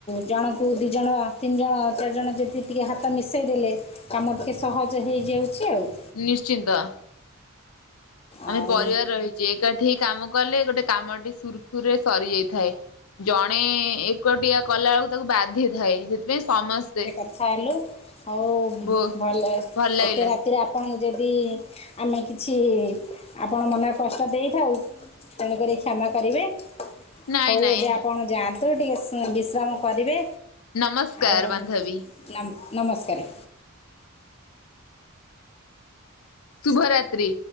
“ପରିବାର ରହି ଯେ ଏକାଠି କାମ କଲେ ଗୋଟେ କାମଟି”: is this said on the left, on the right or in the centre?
Left